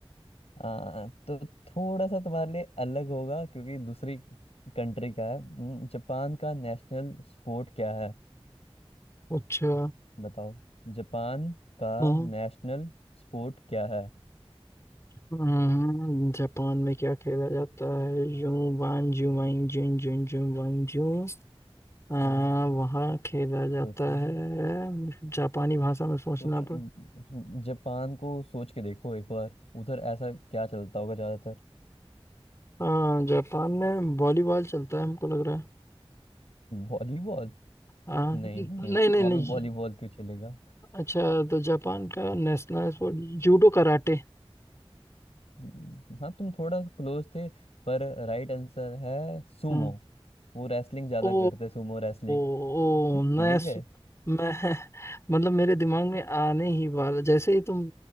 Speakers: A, on the left; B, on the left.
A: हाँ तो थोड़ा सा तुम्हारे लिए अलग होगा क्योंकि दूसरी कंट्री का है हम्म, जापान का नेशनल स्पोर्ट क्या है
B: अच्छा
A: बताओ जापान का
B: हम्म
A: नेशनल स्पोर्ट क्या है
B: हम्म, जापान में क्या खेला जाता है जू वान जू वाइन जून जून जू वाइन जू आ,
A: हम्म,
B: वहाँ खेला जाता
A: सोचो
B: है जापानी भाषा में सोचना
A: सोचो
B: पड़
A: जापान को सोच के देखो एक बार उधर ऐसा क्या चलता होगा ज्यादातर
B: हाँ जापान में वॉलीबॉल चलता है हमको लग रहा है
A: वॉलीबॉल
B: हाँ
A: नहीं
B: न-
A: नहीं
B: नहीं नहीं
A: वहां
B: नहीं
A: पे वॉलीबॉल क्यों चलेगा
B: अच्छा तो जापान का नेशनल स्पोर्ट जूडो कराटे
A: हम्म, हाँ तुम थोड़ा क्लोज थे पर राइट आंसर है सुमो
B: हम्म
A: वो रेसलिंग ज्यादा
B: ओ
A: करते सुमो रेसलिंग
B: ओ
A: <laughs>
B: मैं
A: भूल
B: सु-
A: गए
B: मैं <laughs> मतलब मेरे दिमाग में आने ही वाला जैसे ही तुम